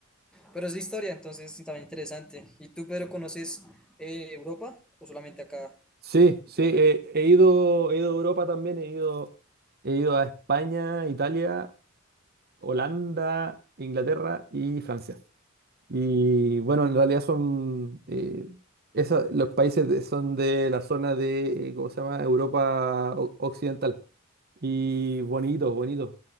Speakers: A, in the centre; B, on the right.
A: Pero es de historia, entonces es también interesante. ¿Y tú, Pedro, conoces eh, Europa o solamente acá,
B: Sí,
A: Latinoamérica?
B: sí, he, he ido, he ido a Europa también, he ido, he ido a España, Italia, Holanda, Inglaterra y Francia. Y bueno, en realidad son, eh, esa- los países de- son de la zona de, eh, ¿cómo se llama? Europa o- Occidental. Y bonitos, bonitos.